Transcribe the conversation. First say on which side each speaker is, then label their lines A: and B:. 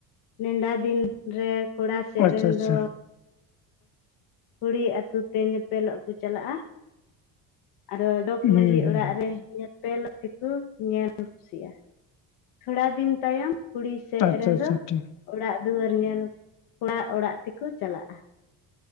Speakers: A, on the left; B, on the left.
A: ᱱᱮᱰᱟ ᱫᱤᱱ ᱨᱮ ᱠᱚᱲᱟ
B: ᱦᱩᱸ
A: ᱥᱮᱫ
B: ᱟᱪᱪᱷᱟ
A: ᱨᱮᱱ
B: ᱟᱪᱪᱷᱟ
A: ᱫᱚ, ᱠᱩᱲᱤ ᱟ ᱟᱹᱛᱩ ᱛᱮ ᱧᱮᱯᱮᱞᱚᱜ ᱠᱚ ᱪᱟᱞᱟᱜ-ᱟ᱾ ᱟᱫᱚ ᱡᱚᱜᱽ
B: ᱦᱩᱸ
A: ᱢᱟᱺᱡᱷᱤ
B: ᱦᱩᱸ ᱦᱩᱸ
A: ᱚᱲᱟᱜ ᱨᱮ ᱧᱮᱯᱮᱞᱚᱜ ᱛᱮᱠᱚ ᱧᱮᱞ ᱠᱩᱥᱤᱜ-ᱟ᱾ ᱛᱷᱚᱲᱟ ᱫᱤᱱ ᱛᱟᱭᱚᱢ ᱠᱩᱲᱤ ᱥᱮᱜ
B: ᱟᱪᱪᱷᱟ
A: ᱨᱮᱱ
B: ᱟᱪᱪᱷᱟ
A: ᱫᱚ
B: ᱴᱷᱤᱠ
A: ᱚᱲᱟᱜ ᱫᱩᱣᱟᱹᱨ ᱧᱮᱞ ᱠᱚᱲᱟ ᱚᱲᱟᱜ ᱛᱮᱠᱚ ᱪᱟᱞᱟᱜ-ᱟ,